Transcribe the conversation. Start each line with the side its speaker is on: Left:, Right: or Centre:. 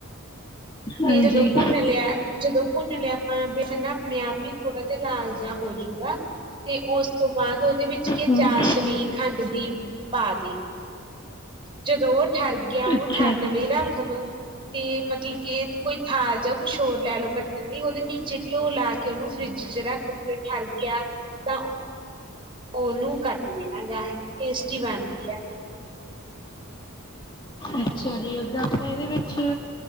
Left: ਹਾਂਜੀ
Right: ਇਹ ਜਦੋ ਭੁੰਨ ਲਿਆ। ਜਦੋਂ ਭੁੰਨ ਲਿਆ ਆਪਾਂ ਬੇਸਣ ਨਾ ਆਪਣੇ ਆਪ ਹੀ ਥੋੜਾ ਜਿਹਾ ਲਾਲ ਜਿਹਾ ਹੋਜੂਗਾ ਤੇ ਉਸ ਤੋਂ ਬਾਅਦ ਉਹਦੇ ਵਿੱਚ ਕੀ
Left: ਹੂੰ,
Right: ਚਾਸ਼ਨੀ ਖੰਡ ਦੀ ਪਾ ਦੀ। ਜਦੋਂ ਉਹ ਠਰ ਗਿਆ ਉਹਨੂੰ
Left: ਅੱਛਾ
Right: ਠਰਨ
Left: ਜੀ।
Right: ਲਈ ਰੱਖ ਦੋ। ਤੇ ਮਤਲਬ ਕਿ ਕੋਈ ਥਾਲ ਜਾਂ ਕੁਛ ਹੋਰ ਲੈ ਲਓ ਕੱਟਣ ਲਈ ਉਹਦੇ ਨੀਚੇ ਘਿਓ ਲਾ ਕੇ ਕਿ ਉਹਨੂੰ ਫਰਿੱਜ ਚ ਰੱਖ ਠਰ ਗਿਆ ਤਾਂ ਉਹਨੂੰ ਕੱਟ ਦੇਣਾ ਜਾਂ ਟੇਸਟੀ ਬੇਨ ਦੀ ਅ।
Left: ਅੱਛਾ ਜੀ ਔਦਾਂ ਇਹਦੇ ਵਿੱਚ